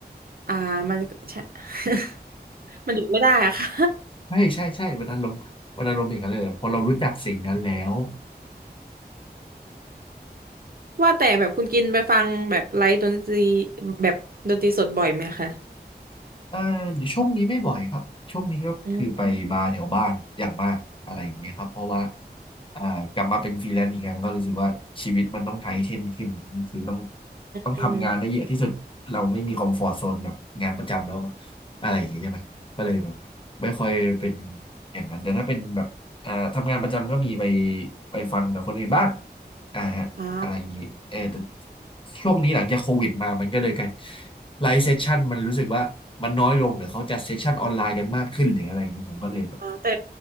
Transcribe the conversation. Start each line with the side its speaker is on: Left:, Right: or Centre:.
Right: อ่ามันก็ใช่ <laughs> มันหยุดไม่ได้อะค่ะ
Left: ใช่ใช่ใช่มันอารมณ์มันอารมณ์อย่างนั้นเลยอะพอเรารู้จักสิ่งนั้นแล้ว
Right: <laughs> ว่าแต่แบบคุณกินไปฟังแบบไลฟ์ดนตรีแบบดนตรีสดบ่อยไหมคะ
Left: อ่าช่วงนี้ไม่บ่อยครับช่วงนี้ก็คือไปบาร์แถวบ้านอย่างมากอะไรอย่างเงี้ยครับเพราะว่า
Right: อืม
Left: อ่ากลับมาเป็นฟรีแลนซ์อีกครั้งก็รู้สึกว่าชีวิตมันต้องไทเทนขึ้นคือต้องต้องทำงานได้เยอะที่สุดเราไม่มีคอมฟอร์
Right: อืม
Left: z โซนแบบงานประจำแล้วอะไรอย่างเงี้ยใช่ไหมก็เลยแบบไม่ค่อยเป็นอย่างนั้นแต่ถ้าเป็นแบบอ่าทำงานประจำก็มีไปไปฟังกับคนอื่นบ้างอ่าฮะอะไรอย่างงี้เออแต่
Right: อ่า
Left: ช่วงนี้หลังจากโควิดมามันก็เลยกัน ไลฟ์เซสชันมันรู้สึกว่ามันน้อยลงหรือเขาจัดเซสชันออนไลน์กันมากขึ้นหรืออะไรอย่างเงี้ยผมก็เลยแบบ
Right: อ่าแต่